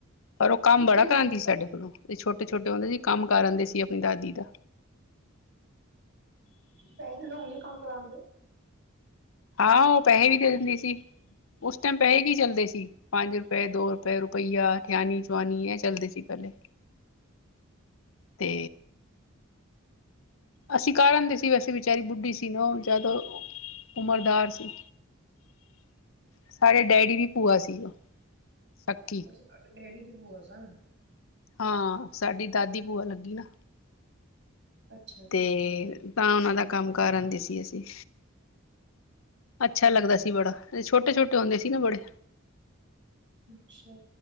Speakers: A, on the left; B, on the right.
A: ਪਰ ਉਹ ਕੰਮ
B: ਕਿੱਥੇ
A: ਬੜਾ ਕਰਾਂਦੀ
B: ਦੇ
A: ਸੀ ਸਾਡੇ ਕੋਲੋਂ ਛੋਟੇ-ਛੋਟੇ ਹੁੰਦੇ ਸੀ ਕੰਮ ਕਰ ਆਂਦੇ ਸੀ ਆਪਣੀ ਦਾਦੀ ਦਾ
B: ਕਈਦੇਨ ਉਨੇ ਕਮ ਕਰਾਦੇਂ
A: ਆਹੋ ਉਹ ਪੈਸੇ ਵੀ ਦੇ ਦਿੰਦੀ ਸੀ ਉਸ ਟਾਈਮ ਪੈਸੇ ਕੀ ਚੱਲਦੇ ਸੀ ਪੰਜ ਰੁਪਏ ਦੋ ਰੁਪਏ ਰੁਪਈਆ ਠਿਆਣੀ ਚਵਾਨੀ ਇਹ ਚੱਲਦੇ ਸੀ ਪਹਿਲੇ ਤੇ ਅਸੀਂ ਕਾਰ ਆਂਦੇ ਸੀ ਵੈਸੇ ਵਿਚਾਰੀ ਬੁੱਢੀ ਸੀ ਨਾ ਉਹ ਜਿਆਦ ਉਮਰਦਾਜ ਸੀ ਸਾਡੇ ਡੈਡੀ ਦੀ ਭੂਆ ਸੀ ਉਹ ਸਕੀ
B: ਕੁਛ ਤੁਹਾਡੇ ਡੈਡੀ ਕੀ ਭੂਆ ਸਨ
A: ਹਾਂ ਸਾਡੀ ਦਾਦੀ ਭੂਆ ਲੱਗੀ ਨਾ
B: ਅੱਛਾ ਅੱਛਾ
A: ਤੇ ਤਾਂ ਉਹਨਾਂ ਦਾ ਕੰਮ ਕਰ ਆਉਂਦੇ ਸੀ ਅਸੀਂ ਅੱਛਾ ਲੱਗਦਾ ਸੀ ਬੜਾ ਅਸੀ ਛੋਟੇ-ਛੋਟੇ ਹੁੰਦੇ ਸੀ ਨਾ ਬੜੇ
B: ਅੱਛਾ